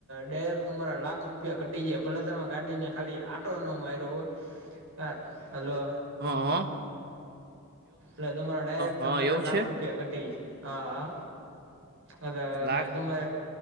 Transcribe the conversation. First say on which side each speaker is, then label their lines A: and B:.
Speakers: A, on the right; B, on the right.
A: ડાયરેક્ટ તમારા લાખ રૂપિયા ઘટી ગયા ભલે તમે ગાડીને ખાલી આટો એ નો માર્યો હોય હ, હલો
B: હાહ.
A: લગમાં ડાયરેક્ટ
B: હ
A: તમારે
B: એવું
A: લાખ
B: છે
A: રૂપિયા ઘટી, હા. અલા
B: લાખ
A: ને તમે.